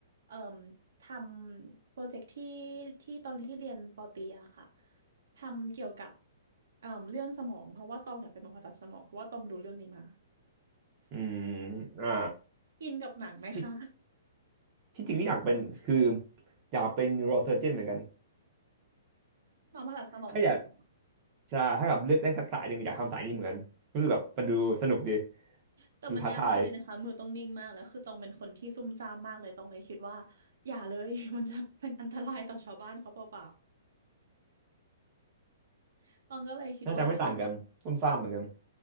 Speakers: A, on the right; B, on the right.
A: เอ่อทำโปรเจกต์ที่ที่ตอนที่เรียนปอตรีอะค่ะทำเกี่ยวกับเอ่อเรื่องสมองเพราะว่าตองอยากเป็นหมอผ่าตัดสมองเพราะว่าตองดูเรื่องนี้มา
B: อืมอ่า
A: อินกับหนังไหมคะ
B: ที่ที่จริงที่อยากเป็นคืออยากเป็น neurosurgeon เหมือนกัน
A: หมอผ่าตัดสมองใช่ไหม
B: ถ้าอยากใช่ถ้าแบบเลือกได้สักสายหนึ่งอยากทำสายนี้เหมือนกันรู้สึกแบบมันดูสนุกดี
A: แต่มันยากมากเลยนะคะมือต้องนิ่งมากแล้วคือตองเป็นคนที่ซุ่มซ่ามมากเลยตองเลยคิดว่า
B: ดูท้าทาย
A: อย่าเลย <laughs> มันจะเป็นอันตรายต่อชาวบ้านเขาเปล่าๆตองก็เลยคิดว่าถ้าอย่างนั้น
B: น่าจะไม่ต่างกันซุ่มซ่ามเหมือนกัน